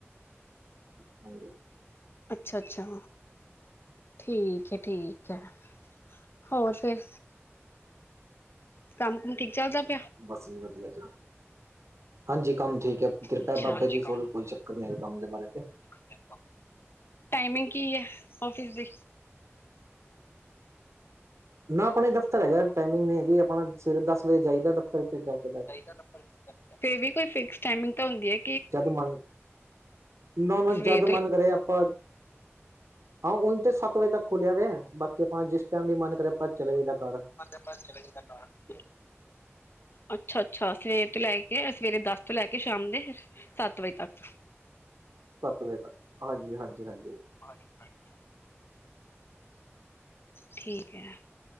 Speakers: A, on the right; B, on the left.
A: ਹਾਂਜੀ।
B: ਅੱਛਾ-ਅੱਛਾ। ਠੀਕ ਐ-ਠੀਕ ਐ ' <inaudible> ' ਹੋਰ ਫਿਰ ਕੰਮ-ਕੁਮ ਠੀਕ ਚੱਲਦਾ ਪਿਆ।
A: ਬੱਸ ਜੀ ਵਧੀਆ ਜਾ ਹਾਂਜੀ ਕੰਮ ਠੀਕ ਐ ਕਿਰਪਾ
B: ਅੱਛਾ
A: ਬਾਬੇ
B: ਹਾਂਜੀ
A: ਦੀ ਫੁੱਲ, ਕੋਈ ਚੱਕਰ ਨਹੀਂ ਹੈ। ਕੰਮ ਦੇ ਬਾਰੇ ਤੇ।
B: ਹੈ ਟਾਈਮਿੰਗ ਕੀ ਏ, ਆਫਿਸ ਦੀ?
A: ਨਾ ਆਪਣਾ ਦਫ਼ਤਰ ਹੈਗਾ। ਟਾਈਮਿੰਗ ਹੈਗੀ ਆਪਣਾ ਸਵੇਰੇ ਦੱਸ ਵਜੇ ਜਾਈਦਾ ਦਫ਼ਤਰ 'ਚ' ਜਾ ਕੇ ਬੈਠ
B: ' <inaudible> ਫਿਰ ਵੀ ਕੋਈ ਫਿਕਸ ਟਾਈਮਿੰਗ ਤਾਂ ਹੁੰਦੀ ਏ।
A: ਜਦ ਮਨ, ਨਾ-ਨਾ
B: ਸਵੇਰ
A: ਜਦ
B: ਤੋਂ
A: ਮਨ ਕਰੇ ਆਪਾਂ ਹਾਂ, ਉਂਝ ਤੇ ਸੱਤ ਵਜੇ ਤੱਕ ਖੁੱਲਿਆ ਵੇ। ਬਾਕੀ ਆਪਾਂ ਜਿਸ ਟੈਮ ਵੀ ਮਨ ਕਰੇ ਆਪਾਂ ਚਲੇ ਜਾਈਦਾ ਘਰ।
B: ਬਾਅਦ ਚਲੇ ਜਾਈਦਾ ਘਰ।
A: ' <inaudible>
B: ਅੱਛਾ-ਅੱਛਾ ਸਵੇਰੇ ਤੋਂ ਲੈ ਕੇ ਸਵੇਰੇ ਦਸ ਤੋਂ ਲੈ ਕੇ ਸ਼ਾਮ ਦੇ ਸੱਤ ਵਜੇ ਤੱਕ।
A: ਸੱਤ ਵਜੇ ਤੱਕ ਹਾਂਜੀ, ਹਾਂਜੀ-ਹਾਂਜੀ।
B: ਹਾਂਜੀ-ਹਾਂਜੀ। ਠੀਕ ਐ,